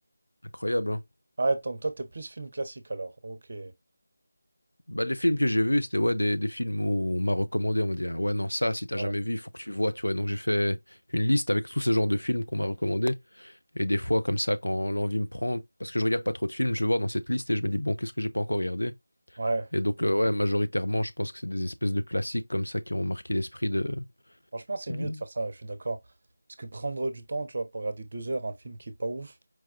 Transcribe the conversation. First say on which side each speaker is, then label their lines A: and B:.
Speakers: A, on the left; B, on the right.
A: Incroyable, hein.
B: Ah, donc toi, t'es plus film classique alors. Ok.
A: Bah, les films que j'ai vus, c'était ouais, des, des films où on m'a recommandé, on m'a dit, ah ouais, non, ça, si t'as
B: Ouais.
A: jamais vu, il faut que tu vois, tu vois. Et Donc j'ai fait une liste avec tous ces genres de films qu'on m'a recommandés. Et des fois, comme ça, quand l'envie me prend, parce que je regarde pas trop de films, je vais voir dans cette liste et je me dis, bon, qu'est-ce que j'ai pas encore regardé?
B: Ouais,
A: Et donc, euh, ouais, majoritairement, je pense que c'est des espèces de classiques comme ça qui ont marqué l'esprit de...
B: Franchement, c'est mieux
A: de-
B: de faire ça, je suis d'accord. Parce que prendre du temps, tu vois, pour regarder deux heures un film qui est pas ouf,